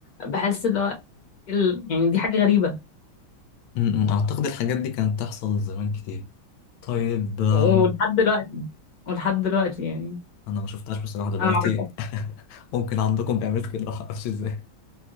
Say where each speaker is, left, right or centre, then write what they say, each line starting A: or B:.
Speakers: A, on the left (about 55°); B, on the left (about 80°).
A: بحس اللي هو ال- يعني دي حاجة غريبة
B: م- م. أعتقد الحاجات دي كانت تحصل زمان كتير طيب آه،
A: ولحد دلوقتي ولحد دلوقتي يعني
B: أنا ما شفتهاش بصراحة دلوقتي
A: انا اعرف أكتر
B: <laughs> ممكن عندكم بيعملوا كده معرفش ازاي